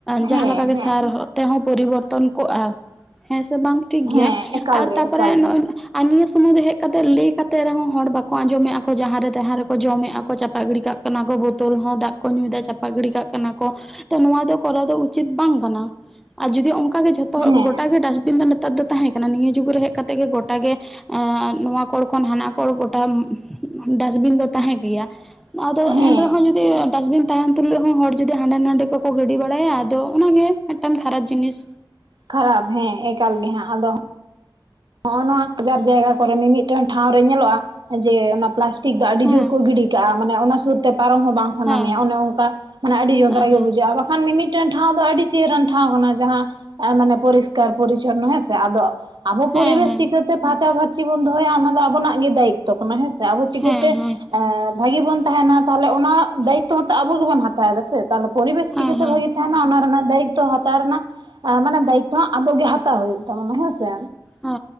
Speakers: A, in the centre; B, on the right.
A: ᱡᱟᱦᱟᱸ
B: ᱦᱮᱸ
A: ᱞᱮᱠᱟ ᱜᱮ
B: ᱦᱮᱸ
A: ᱥᱟᱨ ᱛᱮ ᱦᱚᱸ ᱯᱚᱨᱤᱵᱚᱨᱛᱚᱱ ᱠᱚᱜᱼᱟ ᱦᱮᱸ ᱥᱮ ᱵᱟᱝ ᱴᱷᱤᱠ
B: ᱦᱮᱸ
A: ᱜᱮᱭᱟ
B: ᱮᱠᱟᱞ
A: ᱟᱨ
B: ᱜᱮ
A: ᱛᱟᱯᱚᱨᱮ
B: ᱮᱠᱟᱞ
A: ᱱᱚᱜ
B: ᱜᱮ
A: ᱚᱭ ᱟᱨ ᱱᱤᱭᱟᱹ ᱥᱳᱢᱳᱭ ᱫᱚ ᱦᱮᱡ ᱠᱟᱛᱮ ᱞᱟᱹᱭ ᱠᱟᱛᱮ ᱨᱮᱦᱚᱸ ᱦᱚᱲ ᱵᱟᱠᱚ ᱟᱸᱡᱚᱢᱮᱼᱟ ᱠᱚ ᱡᱟᱦᱟᱸ ᱨᱮ ᱛᱟᱦᱟᱸ ᱨᱮᱠᱚ ᱡᱚᱢᱮᱼᱟ ᱠᱚ ᱪᱟᱯᱟᱸ ᱜᱤᱰᱤ ᱠᱟᱸᱜ ᱠᱟᱱᱟ ᱠᱚ ᱵᱳᱛᱳᱞ ᱦᱚᱸ ᱫᱟᱜ ᱠᱚ ᱧᱩᱭᱫᱟ ᱪᱟᱯᱟᱜ ᱜᱤᱰᱤ ᱠᱟᱜ ᱠᱟᱱᱟ ᱠᱚ ᱛᱚ ᱱᱚᱣᱟ ᱫᱚ ᱠᱚᱨᱟᱣ ᱫᱚ ᱩᱪᱤᱛ ᱵᱟᱝ ᱠᱟᱱᱟ ᱟᱨ ᱡᱩᱫᱤ ᱚᱱᱠᱟ ᱜᱮ ᱡᱷᱚᱛᱚ
B: ᱦᱮᱸ
A: ᱦᱚᱲ ᱜᱚᱴᱟ ᱜᱮ ᱰᱟᱥᱴᱵᱤᱱ ᱫᱚ ᱱᱮᱛᱟᱨ ᱫᱚ ᱛᱟᱦᱮᱸ ᱠᱟᱱᱟ ᱱᱤᱭᱟᱹ ᱡᱩᱜᱽ ᱨᱮ ᱦᱮᱡ ᱠᱟᱛᱮ ᱜᱮ ᱜᱚᱴᱟ ᱜᱮ ᱟᱸ ᱱᱚᱣᱟ ᱠᱚᱲ ᱠᱷᱚᱱ ᱦᱟᱱᱟ ᱠᱚᱲ ᱜᱚᱴᱟ ᱰᱟᱥᱴᱵᱤᱱ ᱫᱚ ᱛᱟᱦᱮᱸ ᱜᱮᱭᱟ ᱟᱫᱚ
B: ᱦᱮᱸ
A: ᱮᱱ ᱨᱮᱦᱚᱸ ᱡᱩᱫᱤ ᱰᱟᱥᱵᱤᱱ ᱛᱟᱦᱮᱱ ᱛᱩᱞᱩᱡ ᱦᱚᱸ ᱦᱚᱲ ᱡᱩᱫᱤ ᱦᱟᱸᱰᱮ ᱱᱟᱸᱰᱮ ᱠᱚᱠᱚ ᱜᱤᱰᱤ ᱵᱟᱲᱟᱭᱟ ᱟᱫᱚ ᱚᱱᱟ ᱜᱮ ᱢᱤᱫᱴᱟᱝ ᱠᱷᱟᱨᱟᱯ ᱡᱤᱱᱤᱥ
B: ᱠᱷᱟᱨᱟᱯ ᱦᱮᱸ ᱮᱠᱟᱞ ᱜᱮ ᱦᱟᱸᱜ ᱟᱫᱚ ᱱᱚᱜᱼᱚ ᱱᱚᱣᱟ ᱵᱟᱡᱟᱨ ᱡᱟᱭᱜᱟ ᱠᱚᱨᱮ ᱢᱤᱢᱤᱫᱴᱟᱝ ᱴᱷᱟᱶ ᱨᱮ ᱧᱮᱞᱚᱜᱼᱟ ᱡᱮ ᱚᱱᱟ ᱯᱞᱟᱥᱴᱤᱠ ᱫᱚ ᱟᱹᱰᱤ
A: ᱦᱮᱸ
B: ᱡᱳᱨ ᱠᱚ ᱜᱤᱰᱤ ᱠᱟᱜᱼᱟ ᱢᱟᱱᱮ ᱚᱱᱟ ᱥᱩᱨᱛᱮ ᱯᱟᱨᱚᱢ ᱦᱚᱸ ᱵᱟᱝ ᱥᱟᱱᱟ
A: ᱦᱮᱸ
B: ᱢᱮᱭᱟ ᱚᱱᱮ ᱚᱱᱠᱟ ᱢᱟᱱᱮ ᱟᱹᱰᱤ ᱡᱚᱱᱛᱨᱟ
A: ᱦᱮᱸ
B: ᱜᱮ ᱵᱩᱡᱷᱟᱹᱜᱼᱟ ᱵᱟᱠᱷᱟᱱ ᱢᱤᱢᱤᱫ ᱢᱤᱫᱴᱮᱱ ᱴᱷᱟᱶ ᱫᱚ ᱟᱹᱰᱤ ᱪᱮᱦᱨᱟᱱ ᱴᱷᱟᱶ ᱠᱟᱱᱟ ᱡᱟᱦᱟᱸ ᱢᱟᱱᱮ ᱯᱚᱨᱤᱥᱠᱟᱨ ᱯᱚᱨᱤᱪᱷᱚᱱᱱᱚ ᱦᱮᱸᱥᱮ ᱟᱫᱚ ᱟᱵᱚ
A: ᱦᱮᱸ
B: ᱯᱚᱨᱤᱵᱮᱥ
A: ᱦᱮᱸ
B: ᱪᱤᱠᱟᱹᱛᱮ
A: ᱦᱮᱸ
B: ᱯᱷᱟᱨᱪᱟᱼ ᱯᱷᱟᱨᱪᱤ ᱵᱚᱱ ᱫᱚᱦᱚᱭᱟ ᱚᱱᱟ ᱫᱚ ᱟᱵᱚᱱᱟᱜ ᱜᱮ ᱫᱟᱭᱤᱛᱛᱚ ᱛᱚ ᱠᱟᱱᱟ ᱦᱮᱸ ᱥᱮ ᱟᱵᱚ ᱪᱤᱠᱟᱹᱛᱮ
A: ᱦᱮᱸ ᱦᱮᱸ
B: ᱵᱷᱟᱹᱜᱤ ᱵᱚᱱ ᱛᱟᱦᱮᱱᱟ ᱛᱟᱦᱚᱞᱮ ᱚᱱᱟ ᱫᱟᱭᱤᱛᱛᱚ ᱦᱚᱸᱛᱚ ᱟᱵᱚ ᱜᱮᱵᱚᱱ ᱦᱟᱛᱟᱣ ᱮᱫᱟ ᱥᱮ ᱛᱟᱦᱚᱞᱮ ᱯᱚᱨᱤᱵᱮᱥ
A: ᱦᱮᱸ
B: ᱪᱤᱠᱟᱹᱛᱮ
A: ᱦᱮᱸ ᱦᱮᱸ
B: ᱵᱷᱟᱹᱜᱤ ᱛᱟᱦᱮᱱᱟ ᱚᱱᱟ ᱨᱮᱱᱟᱜ ᱫᱟᱭᱤᱛᱛᱚ ᱦᱟᱛᱟᱣ ᱨᱮᱱᱟᱜ ᱢᱟᱱᱮ ᱫᱟᱭᱤᱛᱛᱚ ᱦᱚᱸ ᱟᱵᱚ ᱜᱮ ᱦᱟᱛᱟᱣ ᱦᱩᱭᱩᱜ ᱛᱟᱵᱚᱱᱟ ᱦᱮᱸᱥᱮ
A: ᱦᱮ